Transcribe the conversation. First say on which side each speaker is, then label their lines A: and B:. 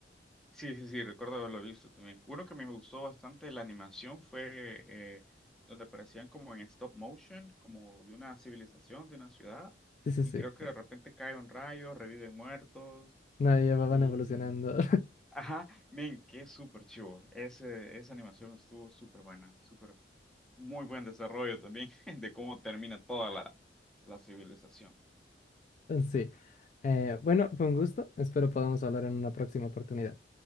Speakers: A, in the centre; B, on the left.
A: Sí, sí, sí, recuerdo haberlo visto también. Uno que a mí me gustó bastante la animación fue eh, donde aparecían como en stop motion, como de una civilización, de una ciudad,
B: Sí, sí,
A: y
B: sí.
A: creo que de repente cae un rayo, reviven muertos,
B: No, ya van
A: y...
B: evolucionando. <laughs>
A: Ajá, men, qué súper chivo. Ese, esa animación estuvo súper buena, súper muy buen desarrollo también <laughs> de cómo termina toda la, la civilización.
B: Sí. Eh, bueno, fue un gusto. Espero podamos hablar en una próxima oportunidad.